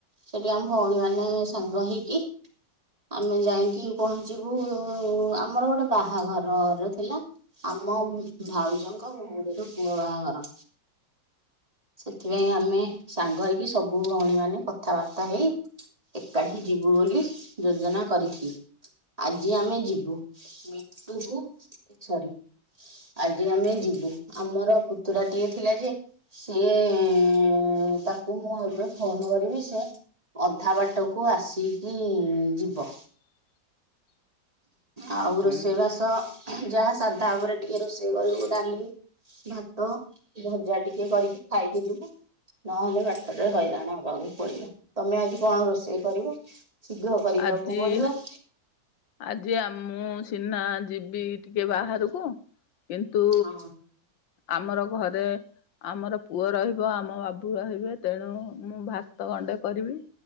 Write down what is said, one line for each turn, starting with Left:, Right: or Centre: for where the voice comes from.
Right: ସେଠି ଆ ଭଉଣୀ ମାନେ ସାଙ୍ଗ ହେଇକି ଆମେ ଯାଇକି ପହଞ୍ଚିବୁ ଉ ଆମର ଗୋଟେ ବାହାଘରର ଥିଲା। ଆମ ଭାଉଜଙ୍କ ଭଉଣୀର ପୁଅ ବାହାଘର। ସେଥିପାଇଁ ଆମେ ସାଙ୍ଗ ହେଇକି ସବୁ ଭଉଣୀ ମାନେ କଥାବାର୍ତ୍ତା ହେଇ ଏକାଠି ଯିବୁ ବୋଲି ଯୋଜନା କରିଥି। ଆଜି ଆମେ ଯିବୁ ମିଟୁ କୁ ସରି। ଆଜି ଆମେ ଯିବୁ ଆମର ପୁତୁରା ଟିଏ ଥିଲା ଯେ ସିଏ ଏଁ ତାକୁ ମୁଁ ଏବେ ଫୋନ କରିବି ସେ ଅଧା ବାଟକୁ ଆସିକି ଯିବ।
Left: <inaudible>
Right: ଆଉ ରୋଷ ରୋଷେଇବାସ
Left: ହୁଁ
Right: ଯାହା ସାଧା ଉପରେ ଟିକେ ରୋଷେଇ କରିବୁ ଡାଲି। ଭାତ ଭଜା ଟିକେ କରିକି ଖାଇକି ଯିବୁ। ନହେଲେ ବାଟରରେ ହଇରାଣ ହବାକୁ ପଡିବ ତମେ ଆଜି କଣ ରୋଷେଇ କରିବ? ଶୀଘ୍ର କରିବାକୁ
Left: ଆଜି
Right: ପଡିବ।
Left: ଆଜି ଆମ ମୁଁ ସିହ୍ନା ଯିବି ଟିକେ ବାହାରକୁ। କିନ୍ତୁ
Right: ହଁ
Left: ଆମର ଘରେ ଆମର ପୁଅ ରହିବ ଆମ ବାବୁ ରହିବେ ତେଣୁ ମୁଁ ଭାତ ଗଣ୍ଡେ କରିବି।